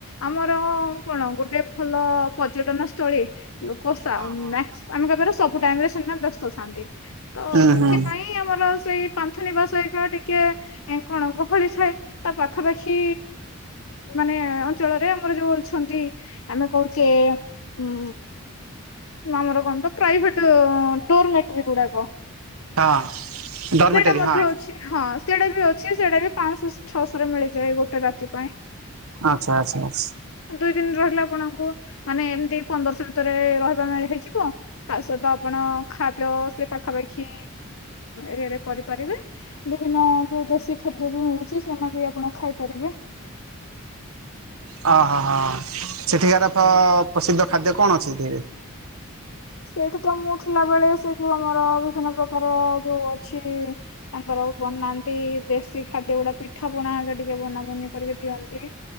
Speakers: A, on the left; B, on the right.
A: ଆମର କଣ ଗୋଟେ ଭଲ ପର୍ଯ୍ୟଟନ ସ୍ଥଳୀ। ଲୋକ ସା-
B: ହଁ
A: ଆମେ
B: ହଁ।
A: କହିପାରିବା ସବୁ ଟାଇମ ରେ ସେ ବ୍ୟସ୍ତ ଶାନ୍ତି। ତ
B: ହୁଁ
A: ସେଥିପାଇଁ
B: ହୁଁ
A: ଆମର ସେଇ ପାନ୍ଥୁ ନିବାସୋଇବା ଟିକେ ଏ କଣ ଗହଳି ଥାଏ ତା ପାଖାପାଖି ମାନେ ଅଞ୍ଚଳରେ ଆମର ଯୋଉ ଅଛନ୍ତି, ଆମେ କହୁଛେ ଉ ଆମର କଣ ତ ପ୍ରାଇଭେଟ ଡୋରମେଟ ଗୁଡାକ।
B: ହଁ ଡର୍ମିଟେରୀ
A: ସେଇଟା ମଧ୍ୟ
B: ହଁ
A: ଅଛି ହଁ ସେଟା ବି ଅଛି। ଅଛି ସେଇଟା ବି ପାଞ୍ଚଶହ ଛଅଶହରେ ମିଳିଯାଏ ଗୋଟେ ରାତି ପାଇଁ।
B: ଆଚ୍ଛା ଆଚ୍ଛା ଆଛା।
A: ଦୁଇ ଦିନ ରହିଲେ ଆପଣଙ୍କୁ ମାନେ ଏମତି ପନ୍ଦରଶହ ଭିତରେ ରହିବା ପାଇଁ ହେଇଯିବ। ତା ସହିତ ଆପଣ ଖାଦ୍ୟ ସେ ପାଖାପାଖି ଏରିଆରେ କରିପାରିବେ ବିଭିନ୍ନ ଯୋଉ ଦେଶୀ ଖାଦ୍ୟ ବି ମିଳୁଛି ସେନା ବି ଆପଣ ଖାଇପାରିବେ।
B: ହଁ ହଁ ସେଠିକାର ଫ-ପ୍ରସିଦ୍ଧ ଖାଦ୍ୟ କଣ ଅଛି?
A: ସେଇଠି ତ ମୁଁ ଥିଲା ବଳେ ସେ ଯୋଉ ଆମର ବିଭିନ୍ନ ପ୍ରକାର ଯୋଉ ଅଛି ତାଙ୍କର ବନାନ୍ତି ଦେଶୀ ଖାଦ୍ୟ ଗୁଡା ପିଠା ପଣା ଟିକେ ବନାବନି କରିକି ଦିଅନ୍ତି।